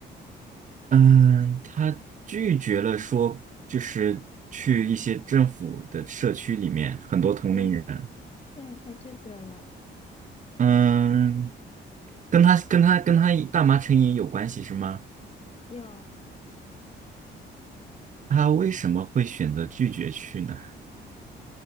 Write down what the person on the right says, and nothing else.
嗯，他拒绝了说就是去一些政府的社区里面很多同龄人，
嗯，跟他跟他跟他大麻成瘾有关系是吗？
他为什么会选择拒绝去呢？